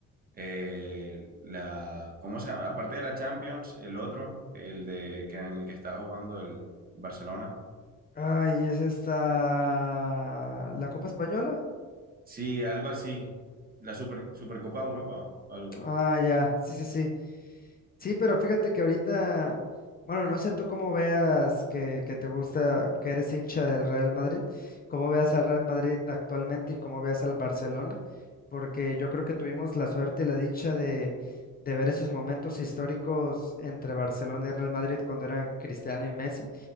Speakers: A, on the right; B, on the left.
A: eh, la, ¿cómo se llama? Aparte de la Champions, el otro, el de que en el que está jugando el Barcelona.
B: Ay, es esta... ¿La Copa Española?
A: Sí, algo así. La Super, Supercopa de Europa, algo.
B: Ah, ya, sí, sí, sí. Sí, pero fíjate que ahorita, bueno, no sé tú cómo veas que, que te gusta, que eres hincha del Real Madrid, cómo veas al Real Madrid actualmente y cómo veas al Barcelona, porque yo creo que tuvimos la suerte y la dicha de, de ver esos momentos históricos entre Barcelona y Real Madrid cuando eran Cristiano y Messi,